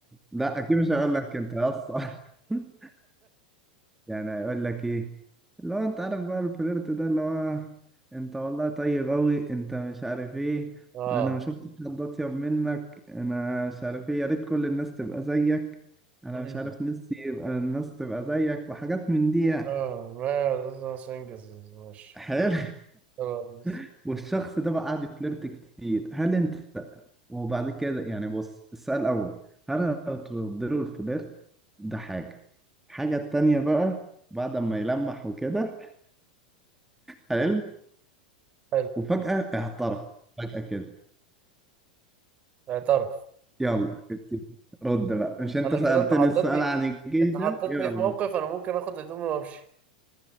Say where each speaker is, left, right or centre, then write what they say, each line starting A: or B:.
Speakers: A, in the centre; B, on the right.
A: لا اكيد مش هقول لك انت يا اسطى <laughs> يعني هيقول لك ايه اللي هو انت عارف بقى الفليرت ده اللي هو انت والله طيب قوي انت مش عارف ايه
B: اه
A: انا ما شفتش حد اطيب منك انا مش عارف ايه يا ريت كل الناس تبقى زيك انا
B: مم.
A: مش عارف نفسي يبقى الناس تبقى زيك وحاجات من دي يعني
B: اه ما عشان انجز ماشي
A: حلو
B: خلاص
A: <laughs> والشخص ده بقى قاعد يفليرت كتير هل انت وبعد كده يعني بص السؤال الأول هل هترد له الفليرت ده حاجة الحاجة التانية بقى بعد ما يلمح وكده حلو
B: حلو
A: وفجأة اعترف فجأة كده
B: اعترف
A: يلا كده رد بقى مش انت
B: انا
A: سألتني
B: كده انت حطيتني
A: السؤال عن الجيش
B: انت
A: ده
B: حطيتني
A: يلا
B: في موقف انا ممكن اخد هدومي وامشي